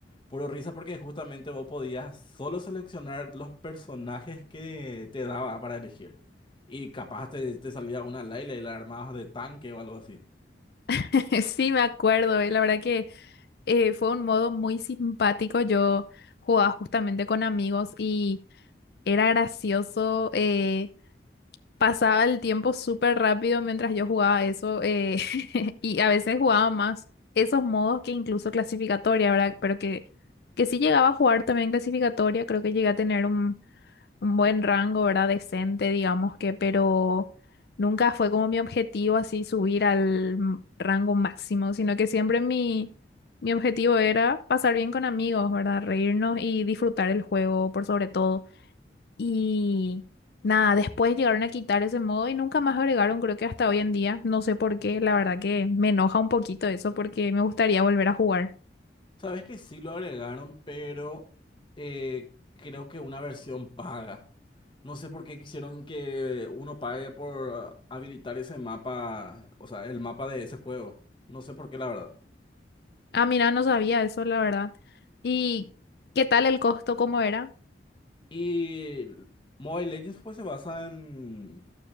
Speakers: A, on the left; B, on the left.
A: Puro risa porque justamente vos podías solo seleccionar los personajes que te daba para elegir. Y capaz te, te salía una Layla y la armabas de tanque o algo así.
B: <laughs> Sí, me acuerdo, y la verdad que eh, fue un modo muy simpático. Yo jugaba justamente con amigos y era gracioso. eh, pasaba el tiempo súper rápido mientras yo jugaba eso eh, <laughs> y a veces jugaba más esos modos que incluso clasificatoria, ¿verdad? Pero que, que sí llegaba a jugar también clasificatoria. Creo que llegué a tener un un buen rango, ¿verdad? Decente, digamos que, pero nunca fue como mi objetivo así subir al m- rango máximo, sino que siempre mi, mi objetivo era pasar bien con amigos, ¿verdad? Reírnos y disfrutar el juego por sobre todo. Y nada, después llegaron a quitar ese modo y nunca más agregaron, creo que hasta hoy en día, no sé por qué, la verdad que me enoja un poquito eso porque me gustaría volver a jugar.
A: Sabes que sí lo agregaron, pero eh, creo que una versión paga. No sé por qué quisieron que uno pague por ah, habilitar ese mapa, o sea, el mapa de ese juego. No sé por qué, la verdad.
B: Ah, mira, no sabía eso, la verdad. ¿Y qué tal el costo? ¿Cómo era?
A: Y Mobile Legends pues se basa en